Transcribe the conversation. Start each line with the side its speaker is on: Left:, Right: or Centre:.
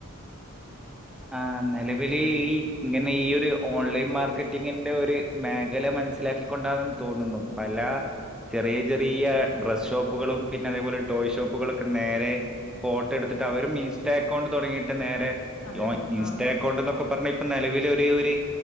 Centre: ആ, നിലവിൽ ഈ ഇങ്ങനെ ഈ ഒരു ഓൺലൈൻ മാർക്കറ്റിങ്ങിന്റെ ഒരു മേഖല മനസ്സിലാക്കിക്കൊണ്ടാണെന്ന് തോന്നുന്നു പല ചെറിയ ചെറിയ ഡ്രസ്സ് ഷോപ്പുകളും, പിന്നെ അതേപോലെ ടോയ് ഷോപ്പുകളൊക്കെ, നേരെ ഫോട്ടോ എടുത്തിട്ട് അവരും ഇൻസ്റ്റ അക്കൗണ്ട് തുടങ്ങിയിട്ട് നേരെ
Left: അതെ അതെ
Centre: ഇൻസ്റ്റാ
Left: ആ
Centre: അക്കൗണ്ട് എന്നൊക്കെ പറഞ്ഞ ഇപ്പൊ നിലവിലെ ഒരേഒര്